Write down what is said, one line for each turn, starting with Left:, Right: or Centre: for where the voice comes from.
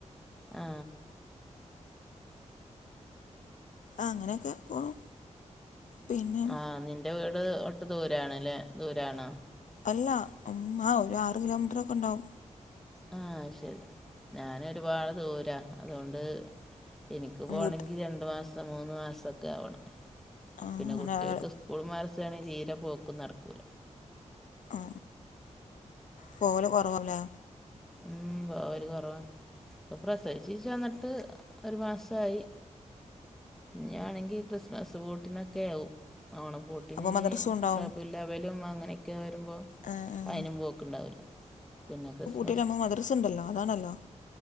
Centre: ആ
Left: അങ്ങനൊക്കെ പോണു പിന്നെ
Centre: ആ നിന്റെ വീട് ഒട്ട് ദൂരാണ് ലെ ദൂരാണോ
Left: അല്ല അ ഒര് ആറ് കിലോമീറ്ററൊക്കെ ണ്ടാവും
Centre: ആ അത് ശെരി ഞാനൊരുപാട് ദൂരാ അതോണ്ട് ഇൻക്ക് പോണെങ്കി
Left: വീട്ട്
Centre: രണ്ട് മാസം മൂന്ന് മാസൊക്കാവണം
Left: ആഹ്
Centre: പിന്നെ
Left: അങ്ങനെ
Centre: കുട്ട്യാക്ക്
Left: ആഹ്
Centre: സ്ക് കൂളും മാർസു ആണെ തീരെ പോക്കും നടക്കൂല.
Left: ആ പോവല് കൊറവല്ലേ
Centre: മ് പോവല് കൊറവ ഇപ്പൊ പ്രസവിച്ചീ വന്ന്ട്ട് ഒര് മാസായി ഇഞ്ഞ്യാണെങ്കി ക്രിസ്മസ് പൂട്ടിനൊക്കെവും ഓണ പൂട് ട്ടിനിഞ്ഞി
Left: അപ്പൊ മദ്രസും ഉണ്ടാവും
Centre: റബുലവ്വലും അങ്ങനൊക്കെ വരുമ്പൊ
Left: ആഹ് ആഹ്
Centre: അയ്നും പോക്ക്ണ്ടാവുല പിന്നെ ക്രിസ്
Left: ട്ട്ലാവുമ്പ മദ്ര്സ്ണ്ടല്ല അതാണല്ലോ